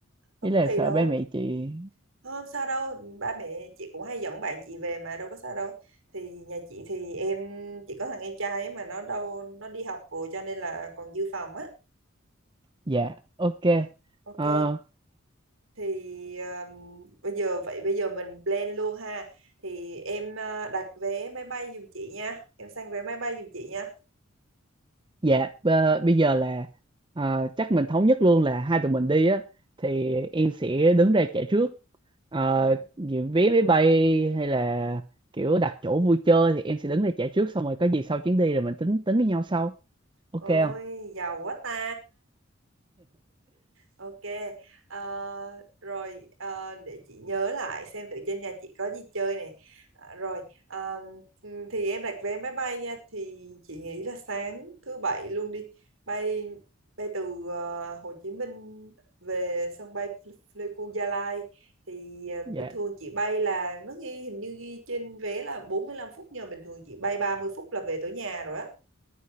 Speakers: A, on the right; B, on the right.
A: đâu
B: Ý
A: có
B: là
A: kỳ
B: sợ
A: đâu
B: ba mẹ chị.
A: không sao đâu ba mẹ chị cũng hay dẫn bạn chị về mà đâu có sao đâu thì nhà chị thì em chỉ có thằng em trai ấy mà nó đâu nó đi học rồi cho nên là còn dự phòng á
B: Dạ, ok.
A: ok
B: Ờ,
A: thì ờ, bây giờ vậy bây giờ mình plan luôn ha thì em ờ, đặt vé máy bay giùm chị nha em sang vé máy bay giùm chị nha
B: Dạ, bơ- bây giờ là ờ, chắc mình thống nhất luôn là hai tụi mình đi á thì em sẽ đứng ra trả trước. Ờ,
A: Ừ.
B: Vì vé máy bay hay là kiểu đặt chỗ vui chơi thì em sẽ đứng ra trả trước xong rồi có gì sau chuyến đi rồi mình tính tính với nhau sau. Ok
A: Ôi,
B: không?
A: giàu quá ta. Ok. ờ, rồi ờ, để chị nhớ lại xem thử trên nhà chị có gì chơi nè. Ờ, rồi ờ, ừm, thì em đặt vé máy bay nha. Thì chị nghĩ là sáng thứ bảy luôn đi. Bay bay từ ờ, Hồ Chí Minh về sân bay Pl- Pleiku Gia Lai. Thì ờ,
B: Dạ,
A: bình thường chị bay là nó ghi hình như ghi trên vé là bốn mươi lăm phút nhưng mà bình thường chị bay 30 phút là về tới nhà rồi á